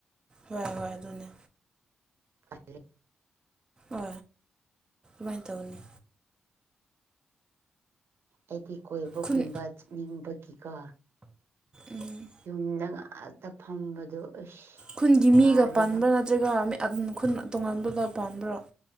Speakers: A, on the right (about 15°); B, on the right (about 55°).
A: ꯍꯣꯏ ꯍꯣꯏ ꯑꯗꯨꯅꯦ
B: ꯍꯥꯏ
A: ꯑ ꯃꯥꯏ ꯇꯧꯅꯤ
B: ꯑꯩꯗꯤ ꯀꯣꯏꯕꯒꯨꯝꯕ
A: ꯈꯨꯟ
B: ꯆꯠꯅꯤꯡꯕꯒꯤꯀꯣ
A: ꯎꯝ
B: ꯌꯨꯝꯗ ꯉꯥꯛꯇ ꯐꯝꯕꯗꯣ ꯑꯁ
A: ꯈꯨꯟꯒꯤ
B: ꯋꯥꯔꯦꯕ
A: ꯃꯤꯒ ꯄꯥꯟꯕ꯭ꯔꯥ ꯅꯠꯇ꯭ꯔꯒ ꯃꯤ ꯑꯗꯨꯝ ꯈꯨꯟ ꯇꯣꯉꯥꯟꯕꯗ ꯄꯥꯝꯕ꯭ꯔꯣ